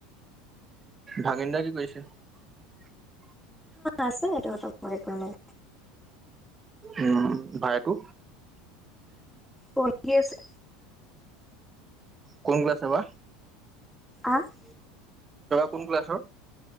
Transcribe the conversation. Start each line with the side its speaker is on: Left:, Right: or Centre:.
Right: ভাগেনদা কি কৰিছে
Centre: আছে সেইটো <unintelligible> নাই
Right: উম বাইটো
Centre: পঢ়ি আছে
Right: কোন কলাছে বা
Centre: অহ ',
Right: কোন ক্লাছৰ?